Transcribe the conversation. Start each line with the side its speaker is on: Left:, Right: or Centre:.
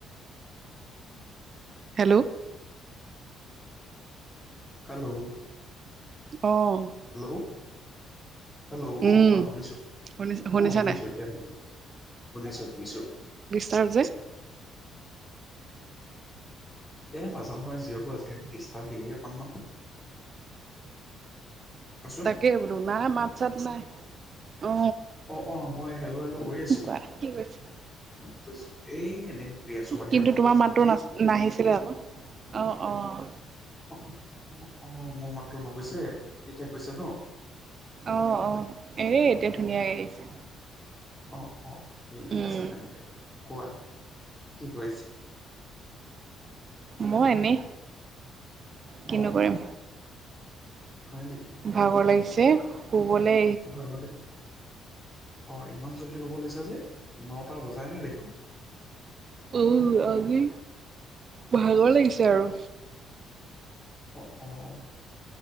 Right: Hello
Left: hello!
Right: অঁ।
Left: Hello hello!
Right: উম
Left: অঁ কোৱা শুনিছোঁ
Right: শুনি শুনিছা
Left: অঁ শুনিছোঁয়ে।
Right: নাই
Left: এতিয়া শুনিছো শুনিছো শুনিছো।
Right: তাৰ যে
Left: এ নাজানো নহয়, জিঅটো আজিকালি ডিষ্টাৰ্ব দিয়েই অকনমান। কোৱাচোন
Right: তাকে বোলো নাই মাত চাত নাই। অ
Left: অ অ, মই হেল হেল কৰি আছো।
Right: কোৱা কি কৈছে
Left: তচ, এই এনেই ঘূৰি আছো বাহিৰত।
Right: কিন্তু তোমাৰ মাতটো নাছ নাহিছিলে আক, অঁ অঁ।
Left: অ অ, মোৰ মাতটো নগৈছে এতিয়া হৈছে ন?
Right: অ অ, এ এতিয়া ধুনীয়াকে আহিছে।
Left: অ অ, ঠিক
Right: উম
Left: আছে তেন্তে কোৱা কি কৰিছা?
Right: মই এনেই। কিনো
Left: অঁ
Right: কৰিম
Left: হয় নেকি?
Right: ভাগৰ লাগিছে। শুবলে
Left: আগতে, অ' ইমান জল্দি শুব লৈছা যে, নটা বজাই ন দেখোন।
Right: উ' আজি ভাগৰ লাগিছে আৰু।
Left: অঁ অঁ,